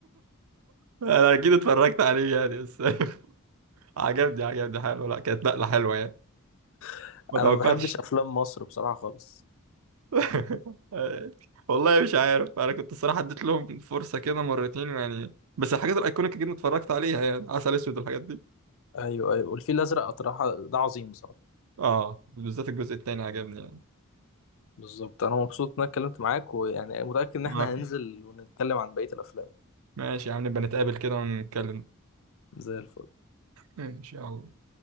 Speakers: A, on the right; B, on the left.
A: انا اكيد اتفرجت عليه يعني بس <laughs> عجبني عجبني حلو لا كانت نقلة حلوة يعني
B: <laughs>
A: ما
B: انا
A: توقعتش
B: ما بحبش افلام مصر بصراحه خالص
A: <laughs> والله مش عارف انا كنت الصراحة اديت لهم فرصة كده مرتين يعني بس الحاجات الايكونيك جدا اتفرجت عليها يعني عسل اسود والحاجات دي
B: ايوه ايوه والفيل الازرق اطرحه ده عظيم بصراحه
A: اه بالذات الجزء التاني عجبني يعني
B: بالظبط انا مبسوط ان انا اتكلمت معاك ويعني متاكد ان احنا
A: آه.
B: هننزل ونتكلم عن بقيه الافلام
A: ماشي يا عم نبقى نتقابل كده ونتكلم
B: زي الفل
A: ان شاء الله